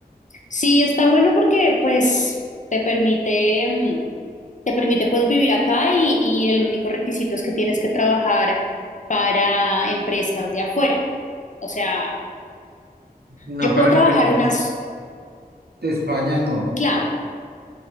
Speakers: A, on the left; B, on the right.
A: Sí, está bueno porque pues te permite, mm, te permite pues vivir acá y, y el único requisito es que tienes que trabajar para empresas de afuera. O sea,
B: No,
A: yo
B: para
A: puedo trabajar
B: empezar,
A: unas,
B: de España no.
A: claro,